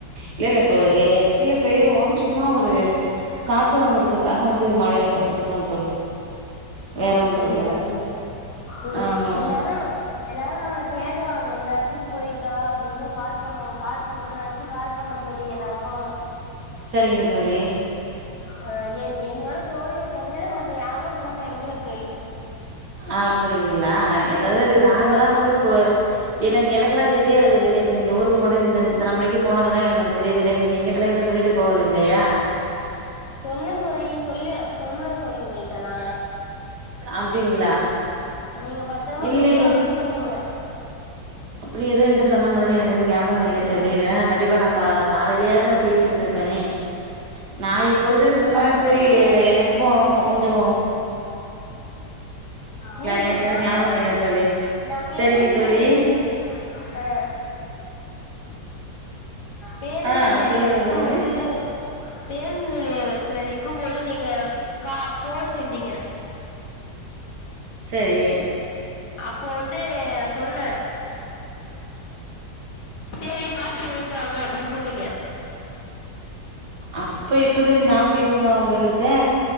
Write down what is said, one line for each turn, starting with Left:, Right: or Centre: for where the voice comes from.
Right: இல்ல இல்ல இப்ப கீழ போயிருவோ சும்மா ஒரு காத்து வாங்குறதுக்காக வந்து மாடியில படுத்திருக்கோ தோழி வேற
Left: அப்படிங்களா
Right: ஒன்றும் இல்ல
Left: தோழி ம்
Right: ஆமா
Left: எல்லாரு எல்லாரு நம்மள தேடுவாங்க இந் நேரத்துக்கு போயிட்ட அப்டினு கால் பண்ணுவோ கால் பண்ணுனு நெனச்சு கால் பண்ணு தோழி எல்லாருக்கு
Right: சரிங்க தோழி
Left: அ எ என்னோட தோழிய தவிர மத்த யாரு ஃபோன் எடுக்கல தோழி
Right: அப்டிங்களா ஏதாது நாங்கல்லா
Left: ஆமா
Right: வந்து ஃபோ எனக்கு எனக்குலா தெரியாது தோழி நேத்து நீங்க ஊருக்கு போன இந்த இத்தன மணிக்கு போனதெல்லா எனக்கு தெரியிதுல நீங்க எங்கட் எல்லா எதுவு சொல்லிட்டு போவல இல்லயா
Left: சொன்ன தோழி சொல்ல சொன்ன தோழி உங்களிட்டல்லா
Right: அப்டிங்களா
Left: நீங்க பத்திரமா
Right: இல்லையே
Left: போயிட்டு வாங்கன் சொன்னீங்க
Right: அப்டி எது என்ட சொன்ன மாரி எனக்கு எது ஞாபக இல்ல தோழி
Left: ம்
Right: இல்லனா கண்டிப்பா நா கா காலையிலயாது நா பேசிருந்திருப்பனே நா இப்பொழுது சும்மா
Left: நா
Right: செரி
Left: சொன்னனே
Right: எனக்கு கொஞ்சொ
Left: நீ கூ
Right: எனக்கு எதுவு
Left: நா
Right: ஞாபகம்
Left: கூட
Right: இல்ல தோழி
Left: நா பேருந்து
Right: சரிங்க தோழி
Left: நிலையத்துல நிக் அ பேருந்து
Right: ஆ
Left: நிலையத்துல
Right: சொல்லுங்க
Left: நிக்கும்
Right: சொல்லுங்க
Left: போது பேருந்து நிலையத்துல நிக்கும் போது நீங்க கா ஃபோன் செஞ்சீங்க
Right: செரி
Left: அப்போ வந்து நா சொன்ன சேரி பாத்து போயிட்டு வாங்க அப்டின் சொன்னீங்க
Right: அப்ப எப்ப தோழி நா பேசின உங்ககிட்ட